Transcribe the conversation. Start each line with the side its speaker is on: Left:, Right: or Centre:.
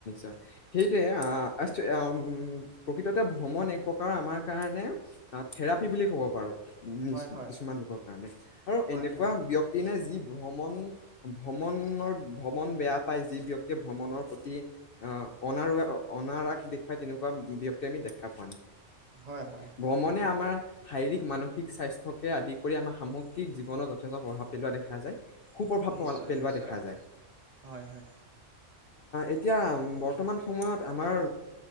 Left: সেই টোৱে <unintelligible> প্ৰকৃততে ভ্ৰমণ এক প্ৰকাৰৰ আমাৰ কাৰণে থেৰাপি বুলি ক'ব পাৰোঁ। নিজ
Right: হয় হয়
Left: কিছুমান লোকৰ কাৰণে আৰু
Right: হয়
Left: এনেকুৱা
Right: হয়
Left: ব্যক্তি নাই। যি ভ্ৰমণ ভ্ৰমণ, ৰ ভ্ৰমণ বেয়া পাই যি ব্যক্তিয়ে ভ্ৰমণৰ প্ৰতি আহ অনাৰগ- অনাৰাগ দেখুৱাই তেনেকুৱা ব্যক্তি আমি দেখা পোৱা নাই।
Right: হয় হয়
Left: ভ্ৰমণে আমাৰ, শাৰীৰিক মানসিক স্বাস্থ্যকে আদি কৰি আমাৰ সামগ্ৰিক জীৱনত যথেষ্ট প্ৰভাৱ পেলোৱা দেখা যায়। সু প্ৰভাৱ প
Right: নিশ্চয়
Left: পেলোৱা
Right: নিশ্চয়
Left: দেখা যায়
Right: হয় হয়।
Left: এতিয়া, বৰ্তমান সময়ত আমাৰ